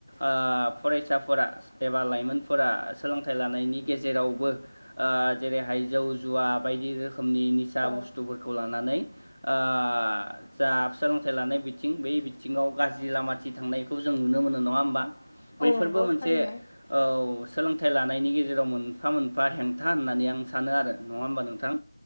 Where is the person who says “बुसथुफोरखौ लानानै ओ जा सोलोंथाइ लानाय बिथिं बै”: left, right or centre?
Right